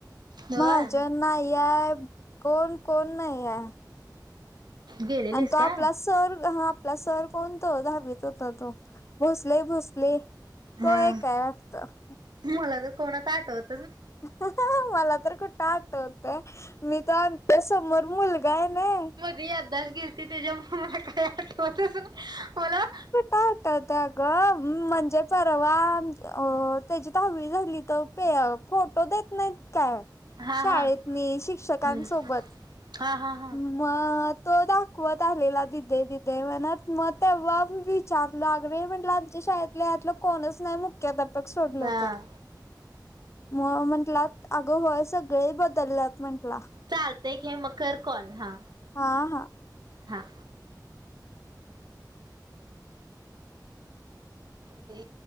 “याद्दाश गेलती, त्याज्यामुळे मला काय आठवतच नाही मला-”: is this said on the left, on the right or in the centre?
Right